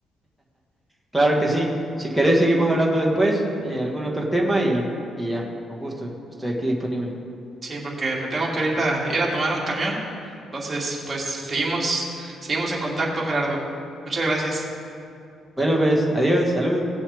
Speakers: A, in the centre; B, on the right.
A: Claro que sí. Si querés, seguimos hablando después, eh, algún otro tema y, y ya, con gusto, estoy aquí disponible.
B: Sí, porque me tengo que ahorita ir a tomar un camión. Entonces, pues seguimos, seguimos en contacto, Gerardo. Muchas gracias.
A: Bueno, pues, adiós, salud.